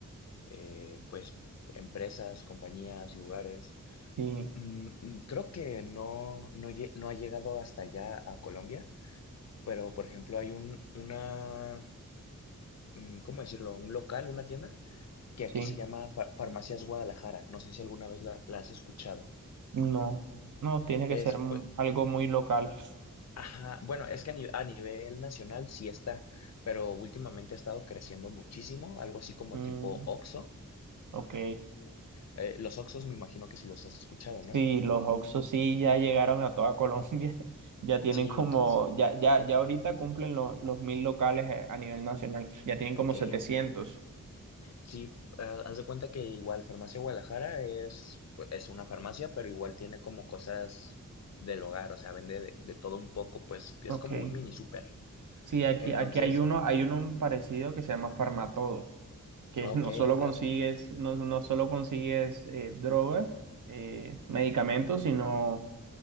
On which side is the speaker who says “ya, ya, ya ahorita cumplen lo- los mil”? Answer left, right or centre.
Right